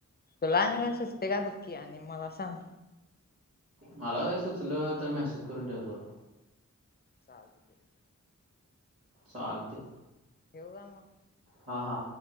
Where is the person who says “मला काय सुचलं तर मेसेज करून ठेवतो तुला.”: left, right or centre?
Right